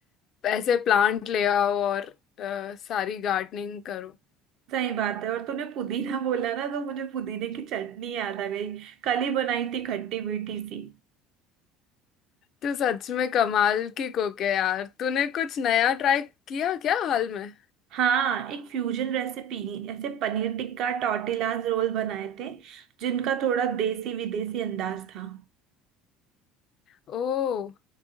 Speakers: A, on the left; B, on the right.
A: ऐसे प्लांट ले आओ और अ, सारी गार्डनिंग करो
B: सही बात है और तूने पुदीना <laughs> बोला ना तो मुझे पुदीने की चटनी याद आ गई कल ही बनाई थी खट्टी मीठी सी
A: तो सच में कमाल की कुक है यार तूने कुछ नया ट्राई किया क्या हाल में
B: हाँ एक फ्यूजन रेसिपी ऐसे पनीर टिक्का टॉर्टिलाज रोल बनाए थे जिनका थोड़ा देसी विदेशी अंदाज था
A: ओ